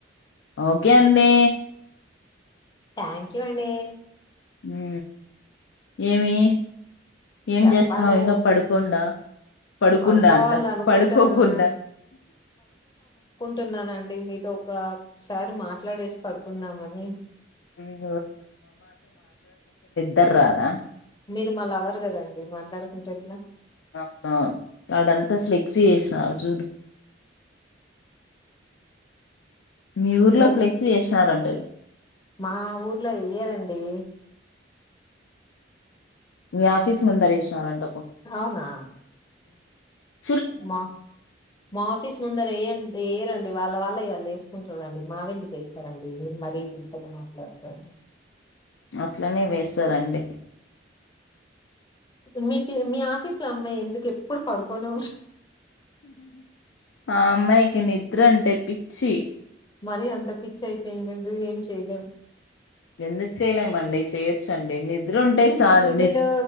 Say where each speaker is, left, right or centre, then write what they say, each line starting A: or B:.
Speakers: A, on the left; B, on the left.
A: ఓకే అండి
B: థ్యాంక్యూ అండి
A: ఉ ఏమి ఏం
B: చెప్పండి
A: చేస్తున్నావు ఇంకా పడుకుండా పడుకుండా
B: పడుకోవాల
A: అంట
B: అనుకుంటున్నాను
A: పడుకోకుండా
B: టున్నానండి మీతో ఒకసారి మాట్లాడేసి పడుకుందామని
A: ఉమ్, దర్ రాదా
B: మీరు మళ్ళా వర్ కదండి మాట్లాడుకుంటే ఎట్లా
A: అవు వాడంతా ఫ్లెక్సీ చేసా చూడు మీ ఊర్లో
B: ఏం
A: ఫ్లెక్సీ చేసినారంటారు
B: మా ఊర్లో వెయ్యరండి
A: మీ ఆఫీస్ ముందర ఎశినారాంట
B: అవునా
A: ఉం
B: మా మా ఆఫీస్ ముందర ఎయన్ ఎయరండి వాళ్ళ వాళ్ళ ఇ వాళ్ళు ఎసుకుంటారండి మావెందుకు వేస్తారండి మీరు మరీ వింతగా మాట్లాడతారు
A: అట్లనే వేేసారండి
B: మీ పి మీ ఆఫీస్ లో అమ్మాయి ఎందుకు ఎప్పుడు పడుకోనే
A: ఆ అమ్మాయికి నిద్ర అంటే పిచ్చి
B: మరి అంత పిచ్చయితే ఇంగెం ఏం చెయలేం
A: ఎందుకు చేయలేమండి చెయొచ్చండి ని ఉంటే
B: చిన్ని
A: చాలు
B: గుండెలో